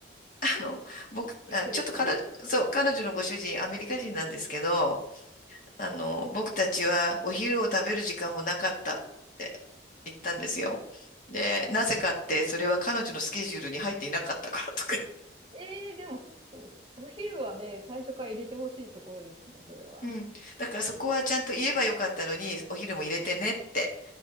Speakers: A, on the left; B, on the right.
A: あの、僕、
B: ゆっくりしたいって
A: あ、ちょっと彼、そう、彼女のご主人、アメリカ人なんですけど、あの、僕たちはお昼を食べる時間もなかったって言ったんですよ。で、なぜかって、それは彼女のスケジュールに入っていなかったからとか。
B: ええでも、お、お昼はね、最初から入れてほしいところですね、それは。
A: うん。だからそこはちゃんと言えばよかったのに、お昼も入れてねって。